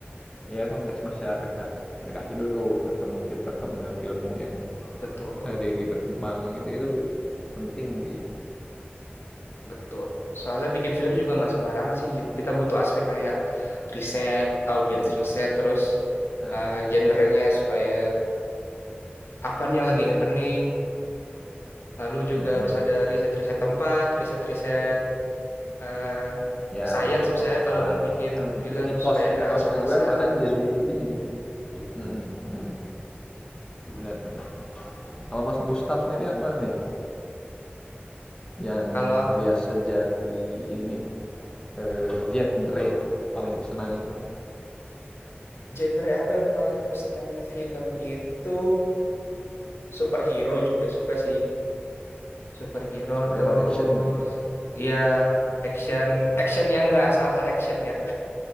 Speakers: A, on the left; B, on the left.
A: ya konteks masyarakat mereka hidup atau mungkin perkembangan ilmu yang
B: betul
A: hari ini berkembang itu itu penting gitu.
B: Betul. Soalnya bikin film juga nggak sembarangan sih. Jadi Kita butuh aspek kayak riset, audience
A: Benar,
B: riset, terus
A: benar.
B: uh, gendernya supaya apa nih yang lagi happening. Lalu juga
A: Mm-mm.
B: harus ada riset-riset tempat, riset-riset uh,
A: Ya
B: science
A: riset
B: misalnya
A: tempat
B: kalau mau bikin
A: bahkan mungkin
B: film
A: mitos-mitosnya
B: supaya nggak asal-asalan.
A: juga kadang jadi ini. Mm-mm, mm. Benar, benar. Kalau Mas Gustaf sendiri apa nih yang
B: Kalau ak-
A: biasa jadi ini eh, genre paling disenangi itu?
B: genre aku yang paling aku senangi film itu superhero juga suka sih. Superhero
A: Superhero
B: terus
A: action berarti. ya?
B: iya action action yang nggak asal-asal action ya.